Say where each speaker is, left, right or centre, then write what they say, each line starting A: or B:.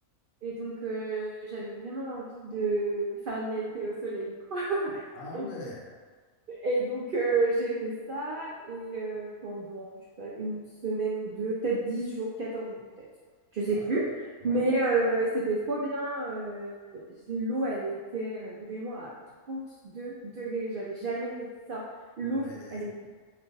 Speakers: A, on the right; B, on the left.
A: Et donc, euh, j'avais vraiment envie de faire niente au soleil, quoi. <laughs>
B: Ah
A: Et,
B: ouais.
A: de- et donc, euh, j'ai fait ça et euh, pendant, je sais pas, une semaine ou deux, peut-être 10 jours, 14 jours, peut-être. Je sais
B: Ah
A: plus.
B: ouais. Ouais.
A: Mais euh, c'était trop bien. euh, l'eau, elle était euh, vraiment à trente deux degrés. J'avais jamais vécu ça. L'eau,
B: Purée.
A: c'est- elle était